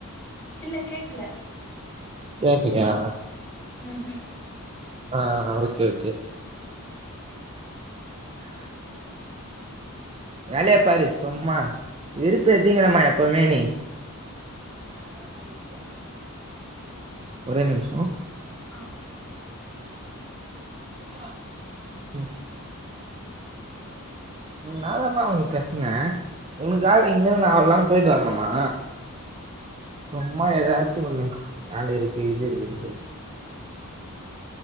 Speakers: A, on the left; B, on the right.
A: இல்ல கேக்ல
B: கேக்குல்லியா
A: உம்ஹூம்
B: ஆ ஆ ஓகே ஓகே வேலைய பாரு சும்மா விருப்பு ஏத்தீங்களம்மா எப்பவுமே நீ ஒரே நிம்ஷோ
A: ஆ
B: ஆஹ் ம் உன நாதாமா உனக்கு பிரச்சனை உனக்காக இங்கிருந்து நான் அவ்ளோலாங் போயிட்டு வரணுமா சும்மா ஏதாச்சும் ஒண்ணு ஆல இருக்கு இது இருக்குன் சொல்ட்